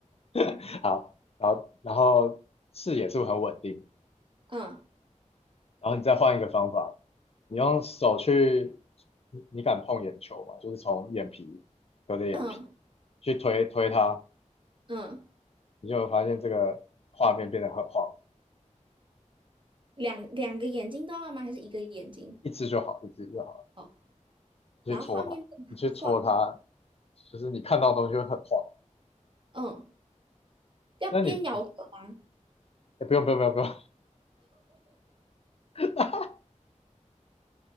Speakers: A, on the left (about 50°); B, on the right (about 40°).
A: <laughs> 好，然后然后视野是不是很稳定？
B: 嗯
A: 然后你再换一个方法，你用手去，你你敢碰眼球吗？就是从眼皮隔着眼皮
B: 嗯
A: 去推推它，
B: 嗯，
A: 你就会发现这个画面变得很晃，
B: 两两个眼睛都要吗？还是一个眼睛？
A: 一只就好，一只就好了。
B: 哦，
A: 你去戳它，
B: 然后画面不能晃，
A: 你去戳它，就是你看到的东西会很晃。
B: 嗯，要边摇头吧
A: 那你，诶不用不用不用不用，<laughs>